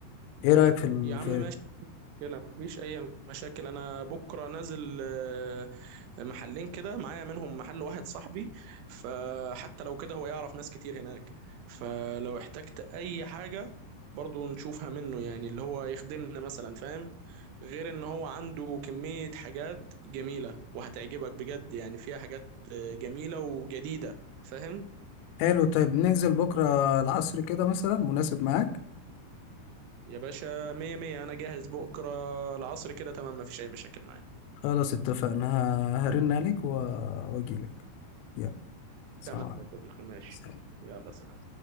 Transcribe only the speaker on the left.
ايه رأيك في ال...
في
حلو طيب ننزل بكرة العصر كده مثلا مناسب معاك
خلاص اتفقنا ه- هرن عليك و- واجيلك يلا سلام
عليكم.
سلام